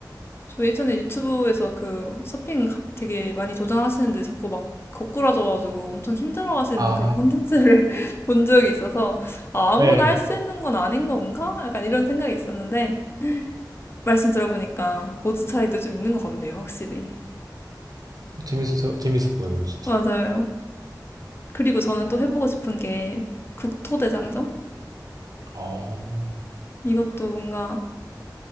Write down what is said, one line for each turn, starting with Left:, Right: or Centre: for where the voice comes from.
Left: 저 예전에 유튜브에서 그 서핑 하- 되게 많이 도전하시는데 자꾸 막 거꾸라져가지고 엄청 힘들어 하시는
Right: 아,
Left: 그런 콘텐츠를 <laughs> 본 적이 있어서 아, 아무나
Right: 네.
Left: 할 수 있는 건 아닌 건가? 약간 이런 생각이 있었는데 말씀 들어보니까 보드 차이도 좀 있는 것 같네요, 확실히.
Right: 재밌어, 재밌어 보여요, 진짜.
Left: 맞아요. 그리고 저는 또 해보고 싶은 게 국토대장정?
Right: 어.
Left: 이것도 뭔가